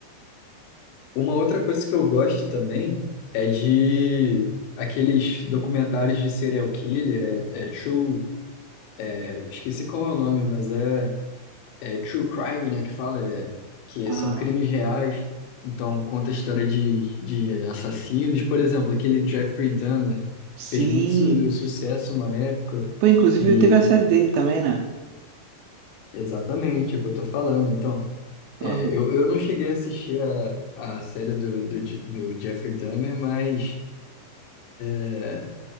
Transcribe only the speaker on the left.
Uma outra coisa que eu gosto também é de aqueles documentários de serial killer, é, é True, é, esqueci qual é o nome, mas é. é true crime, né, que fala, é, que
são crimes reais, então conta a história de, de assassinos, por exemplo, aquele Jeffrey Dahmer
fez muito su- sucesso uma época
e
exatamente é o que eu tô falando, então, é,
eu, eu não cheguei a assistir a, a série do, do, Je- do Jeffrey Dahmer, mas é,